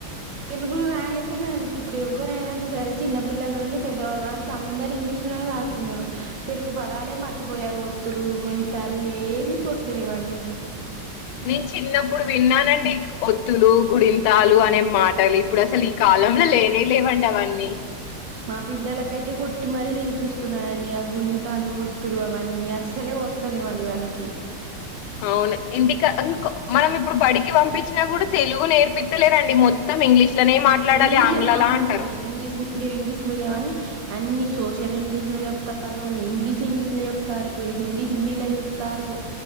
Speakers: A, on the right (about 65°); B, on the left (about 85°).
A: తెలుగు రాయలేదున్నాండి ఇప్పుడు ఎవరైనాంత సరే చిన్న పపిల్లల నుండి పెద్దవళ్ళ వారికి అందరు ఇంగ్లీష్ లోనే రాస్తున్నారు తెలుగు పదాలే మర్చిపోయారు ఒత్తులు గుణింతాలు ఏవి వస్తలేవండి
B: నేను చిన్నప్పుడు విన్నానండి ఒత్తులు గుడింతాలు అనే మాటలు ఇప్పుడు అసలు ఈ కాలంలో లేనే లేవండి అవన్నీ
A: మా పిల్లలకైతే కొట్టిమరీ నేర్పిస్తున్నానండి ఆ గుణింతాలు ఒత్తులు అవన్నీ అస్సలే వస్తలేవండి వాళ్ళకి
B: అవును ఇంటికాం మనం ఇప్పుడు బడికి పంపించినా కూడా తెలుగు నేర్పిత్తలేరండి మొత్తం ఇంగ్లీష్ లోనే మాట్లాడాలి
A: ఇంగ్లీషే
B: ఆంగ్లలా
A: అవునండి
B: అంటారు
A: ఇంగ్లీష్ మీడియం ఇంగ్లీష్ మీడియా అని అన్ని సోషల్ ఇంగ్లీష్ లో చెప్తారు ఇంగ్లీష్ ఇంగ్లీష్ లో చెప్తారు హిందీ హిందీలా చెప్తారు